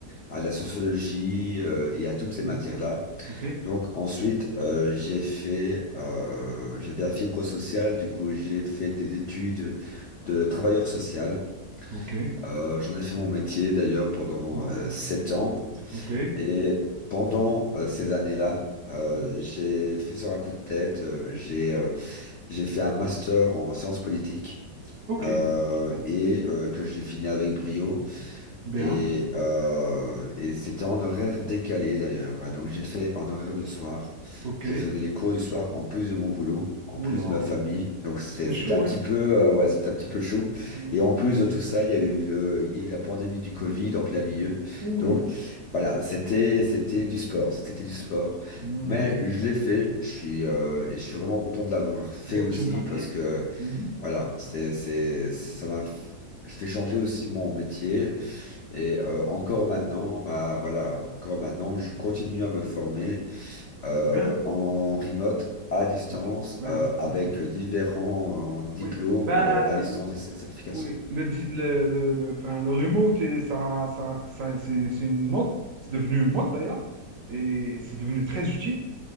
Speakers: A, on the left; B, on the right.
A: à la sociologie euh, et à toutes ces
B: Mhm,
A: matières-là.
B: OK.
A: Donc, ensuite, euh, j'ai fait, euh, j'avais la fibre sociale, du coup, j'ai fait des études de travailleur social.
B: OK.
A: Euh, j'en ai fait mon métier d'ailleurs pendant
B: Mhm,
A: euh, sept ans.
B: OK.
A: Et pendant euh, ces années-là, euh,
B: Mhm.
A: j'ai fait sur un coup de tête, euh, j'ai euh, j'ai fait un master en sciences politiques
B: OK.
A: euh,
B: Sciences Po.
A: et euh, que j'ai fini avec brio.
B: Bien.
A: Et, euh, et c'était en horaire décalé d'ailleurs. hein. Donc j'ai fait en horaire de soir.
B: OK.
A: Je faisais les cours du soir en plus de mon boulot, en
B: Oula,
A: plus de ma famille. Donc c'est-
B: c'est chaud,
A: c'était un petit
B: oui.
A: peu, euh, ouais, c'était un petit peu chaud.
B: Mhm.
A: Et en plus de tout ça, il y a eu le, il y a eu la pandémie du Covid en plein milieu.
B: Oui.
A: Donc voilà, c'était, c'était du sport, c'était du sport.
B: Mhm.
A: Mais je l'ai fait. Je suis, euh, et je suis vraiment content de l'avoir fait
B: Oui,
A: aussi
B: Dieu merci.
A: parce que
B: Mhm.
A: voilà, c'est, c'est, ça m'a. Je fais changer aussi mon métier. Et euh, encore maintenant,
B: Mhm.
A: bah voilà, encore maintenant, je continue à me former euh,
B: C'est bien.
A: en remote, à distance,
B: OK. Ouais,
A: euh,
B: à distance,
A: avec
B: oui.
A: différents euh, diplômes
B: Oui, ben,
A: euh,
B: le-
A: à distance et et certifications.
B: oui, le, di- le, le, le- enfin, le remote, et ça, ça, ça- c'est c'est une mode, c'est devenu une mode d'ailleurs, et c'est devenu très utile.